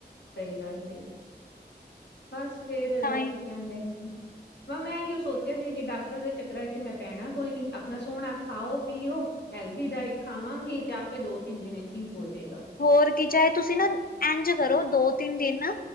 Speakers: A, on the left; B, on the left.
A: ਸਹੀ ਗੱਲ ਏ। ਬਸ ਫੇਰ
B: ਤਾਂ ਹੀ
A: ਕੀ ਕਹਿੰਦੇ ਨਾ ਮੈਂ ਇਓ ਸੋਚਿਆ ਸੀ ਕਿ ਡਾਕਟਰਾਂ ਦੇ ਚੱਕਰਾਂ 'ਚ ਤੇ ਮੈਂ ਪੈਨਾ ਕੋਈ ਨੀ ਆਪਣਾ ਸੋਹਨਾ ਖਾਓ-ਪੀਓ, ਹੈਲਦੀ ਡਾਇਟ ਖਾਵਾਂਗੀ ਤੇ ਆਪੇ ਦੋ ਤਿੰਨ-ਦਿਨ 'ਚ ਠੀਕ ਹੋ ਜਾਏਗਾ।
B: ਹੋਰ ਕੀ ਚਾਹੇ ਤੁਸੀਂ ਨਾ ਏੰਝ ਕਰੋ ਦੋ ਤਿੰਨ ਦਿਨ